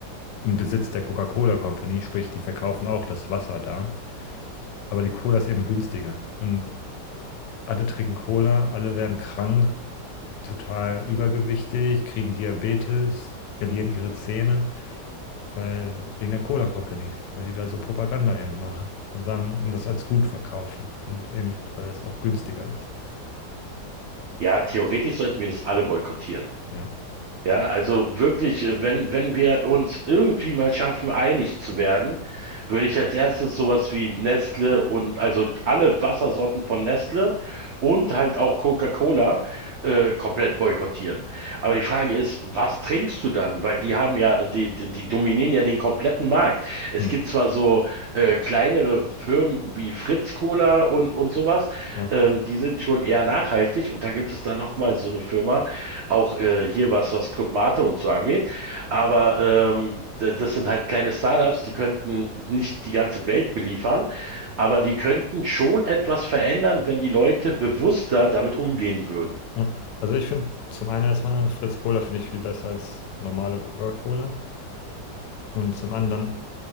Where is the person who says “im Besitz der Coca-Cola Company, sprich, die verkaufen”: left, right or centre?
Left